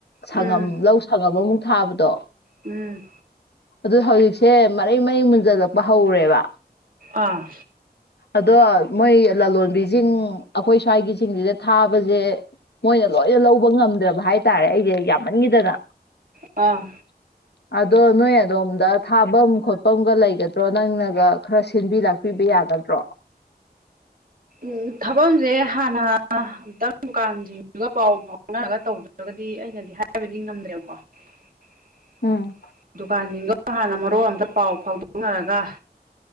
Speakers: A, on the left (about 85°); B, on the right (about 55°).
A: ꯁꯪꯉꯝ
B: ꯎꯝ
A: ꯂꯧ ꯁꯪꯉꯝ ꯑꯃꯃꯨꯛ ꯊꯥꯕꯗꯣ
B: ꯎꯝ
A: ꯑꯗꯨ ꯍꯧꯖꯤꯛꯁꯦ ꯃꯔꯩ ꯃꯔꯩ ꯃꯨꯟꯖꯜꯂꯛꯄ ꯍꯧꯔꯦꯕ
B: ꯑꯥ
A: ꯑꯗꯣ ꯃꯣꯏ ꯂꯥꯂꯣꯟꯕꯤꯖꯤꯡ ꯑꯈꯣꯏ ꯁ꯭ꯋꯥꯏꯒꯤꯁꯤꯡꯁꯤꯗ ꯊꯥꯕꯖ‌ꯦ ꯃꯣꯏꯅ ꯂꯣꯏꯅ ꯂꯧꯕ ꯉꯝꯗ꯭ꯔꯕ ꯍꯥꯏꯇꯥꯔꯦ ꯑꯩꯁꯦ ꯌꯥꯃꯟꯈꯤꯗꯅ
B: ꯑꯥ
A: <inaudible> ꯑꯗꯣ ꯅꯣꯏ ꯑꯗꯣꯝꯗ ꯊꯥꯚꯝ ꯈꯣꯠꯐꯝꯒ ꯂꯩꯒꯗ꯭ꯔꯣ ꯅꯪꯅꯒ ꯈꯔ ꯁꯤꯟꯕꯤ ꯄꯤꯕ ꯌꯥꯒꯗ꯭ꯔꯣ
B: ꯎꯝ ꯊꯥꯕꯝꯖ‌ꯦ ꯍꯥꯟꯅ ꯑꯝꯇꯪ ꯗꯨꯀꯥꯟꯁꯤꯡꯗꯨꯒ ꯄꯥꯎ ꯐꯥꯎꯅꯔꯒ ꯇꯧꯗ꯭ꯔꯒꯗꯤ ꯑꯩꯅꯗꯤ ꯍꯥꯏꯕꯗꯤ ꯉꯝꯗ꯭ꯔꯦꯕꯀꯣ ꯫
A: ꯎꯝ
B: ꯗꯨꯀꯥꯟꯁꯤꯡꯗ‌ꯣ ꯍꯥꯟꯅ ꯃꯔꯣꯟ ꯑꯝꯇ ꯄꯥꯎ ꯐꯥꯎꯗꯣꯛꯅꯔꯒ